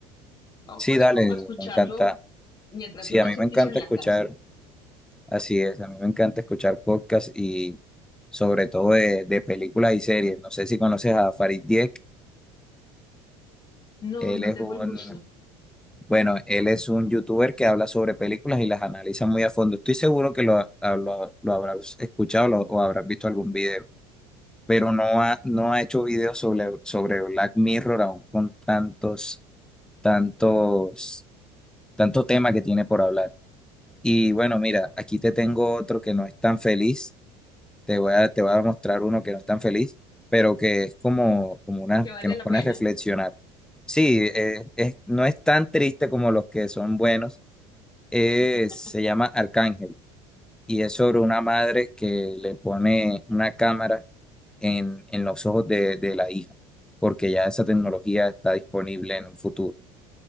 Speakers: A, on the left; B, in the centre.
A: Tampoco
B: Sí,
A: es
B: dale,
A: como para escucharlo
B: me encanta.
A: mientras
B: Sí,
A: uno
B: a
A: hace
B: mí me
A: oficio
B: encanta
A: en la
B: escuchar,
A: casa.
B: así es, a mí me encanta escuchar podcasts y sobre todo de, de películas y series. No sé si conoces a Farid Dieck,
A: No,
B: él
A: no
B: es
A: tengo
B: un,
A: el gusto,
B: bueno, él es un youtuber que habla sobre películas y las analiza muy a fondo. Estoy seguro que lo, ha- ha- lo- lo habrás escuchado lo- o habrás visto algún video, pero no ha, no ha hecho videos sobre, sobre Black Mirror aún con tantos, tantos, tanto tema que tiene por hablar. Y bueno, mira, aquí te tengo otro que no es tan feliz te voy a, te voy a mostrar uno que no es tan feliz, pero que es como, como una,
A: que vale
B: que nos
A: la
B: pone
A: pena.
B: a reflexionar. Sí, eh, es, no es tan triste como los que son buenos. Eh,
A: <laughs>
B: se llama Arcángel y es sobre una madre que le pone una cámara en, en los ojos de, de la hija, porque ya esa tecnología está disponible en un futuro.